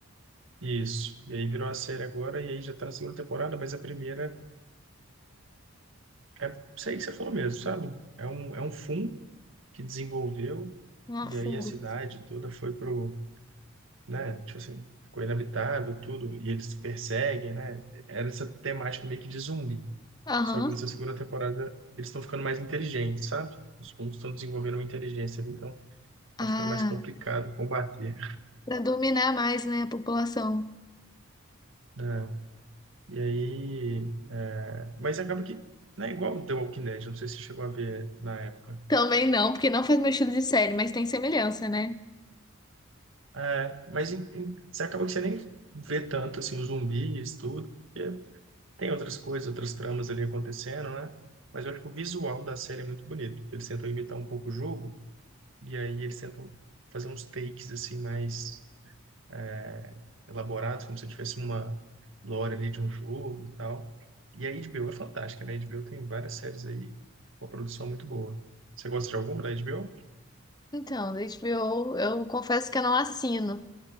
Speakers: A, on the right (about 65°); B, on the left (about 20°).
A: Isso. E aí virou a série agora, e aí já tá na segunda temporada, mas a primeira é isso aí que você falou mesmo, sabe? É um, é um fundo que desenvolveu,
B: Ah,
A: e
B: fundo.
A: aí a cidade toda foi pro, né? Tipo assim, ficou inabitável, tudo, e eles perseguem, né? Era essa temática meio que de zumbi.
B: Aham.
A: Só que nessa segunda temporada eles estão ficando mais inteligentes, sabe? Os fungos estão desenvolvendo uma inteligência, então
B: Ah,
A: tá ficando mais complicado combater,
B: pra dominar mais, né, a população.
A: né? E aí. é, mas acaba que. Não é igual o The Walking Dead, não sei se você chegou a ver na época.
B: Também não, porque não faz meu estilo de série, mas tem semelhança, né?
A: É, mas em- em- você acaba que você nem vê tanto assim, os zumbis, tudo, porque tem outras coisas, outras tramas ali acontecendo, né? Mas eu acho que o visual da série é muito bonito. Eles tentam imitar um pouco o jogo, e aí eles tentam fazer uns takes assim mais. é, elaborados, como se eu estivesse numa lore ali de um jogo e tal. E a HBO é fantástica, né? A HBO tem várias séries aí, uma produção muito boa. Você gosta de alguma da HBO?
B: Então, da HBO, eu confesso que eu não assino.